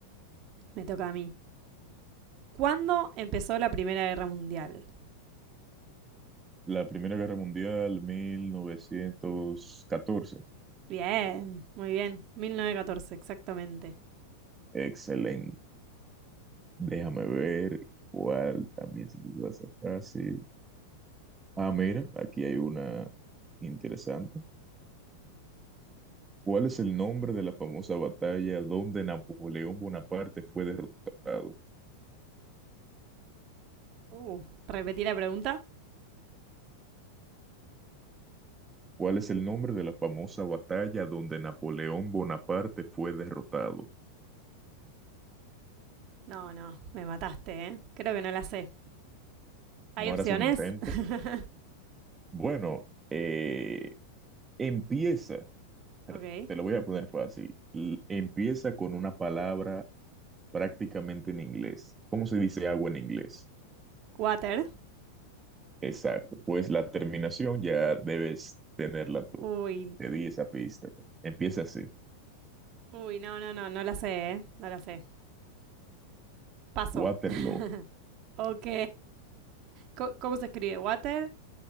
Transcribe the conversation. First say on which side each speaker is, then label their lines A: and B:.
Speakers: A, on the right; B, on the right.
A: Me toca a mí. ¿Cuándo empezó la Primera Guerra Mundial?
B: La Primera Guerra Mundial, 1914.
A: Bien, muy bien. 1914, exactamente.
B: Excelente. Déjame ver cuál también se te va a hacer fácil. Ah, mira, aquí hay una interesante. ¿Cuál es el nombre de la famosa batalla donde Napoleón Bonaparte fue derrotado?
A: Uh, ¿repetí la pregunta?
B: ¿Cuál es el nombre de la famosa batalla donde Napoleón Bonaparte fue derrotado?
A: No, no, me mataste, ¿eh? Creo que no la sé. ¿Hay
B: ¿No
A: opciones?
B: harás un intento?
A: <laughs>
B: Bueno, eh, empieza,
A: ok.
B: te lo voy a poner fácil, l- empieza con una palabra prácticamente en inglés. ¿Cómo se dice agua en inglés?
A: Water.
B: Exacto, pues la terminación ya debes tenerla tú.
A: Uy,
B: Te di esa pista. Empieza así,
A: uy, no, no, no, no la sé, ¿eh? No la sé. Paso.
B: Waterloo,
A: <laughs> Ok. Co- ¿Cómo se escribe? ¿Water?